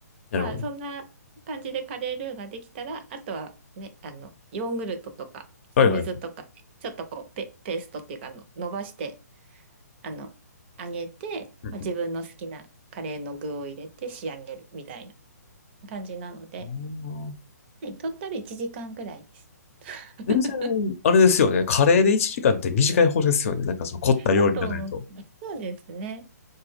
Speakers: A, on the left; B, on the right.
A: なるほど
B: う。まあ、そんな感じでカレールーができたら、あとはね、あの、ヨーグルトとか、
A: はいはい。
B: お水とか、ちょっとこう、ペ、ペーストっていうか、あの、伸ばして、あの、揚げて、
A: <laughs>
B: まあ、自分の好きなカレーの具を入れて仕上げるみたいな。感じなので、
A: うんうん
B: はい、トータル1時間ぐらいです。<laughs>
A: 全然、あれですよね。カレーで1時間って短い方ですよね。なんかその凝った料理の中でと。
B: だと思います。そうですね。